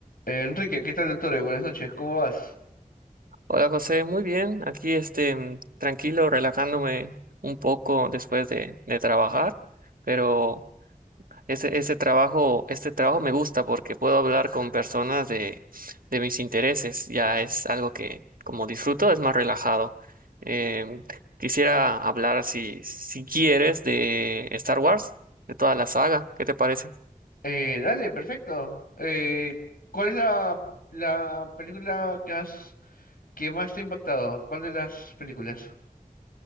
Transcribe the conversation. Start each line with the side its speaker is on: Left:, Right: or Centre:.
Left: Eh, Enrique, ¿qué tal, doctor? Eh, Buenas noches, ¿cómo vas?
Right: Hola José, muy bien. Aquí este mm, tranquilo, relajándome un poco después de, de trabajar, pero ese, ese trabajo, este trabajo me gusta porque puedo hablar con personas de, de mis intereses. Ya es algo que como disfruto, es más relajado. Em, quisiera hablar si, si quieres de Star Wars, de toda la saga. ¿Qué te parece?
Left: Eh, dale, perfecto. Eh, ¿cuál es la, la película que has, que más te ha impactado? ¿Cuál de las películas?